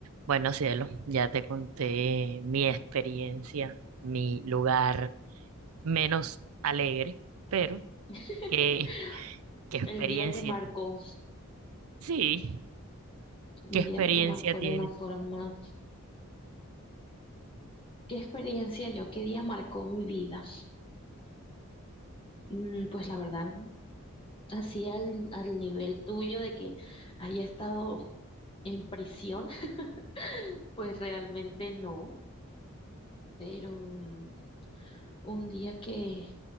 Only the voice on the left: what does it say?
<laughs>
El día que marcó,
el
día que te marcó
de una forma,
qué experiencia yo, qué día marcó mi vida. Mm, Pues la verdad, así al, al nivel tuyo de que haya estado en prisión, <laughs> pues realmente no, pero mm, un día que,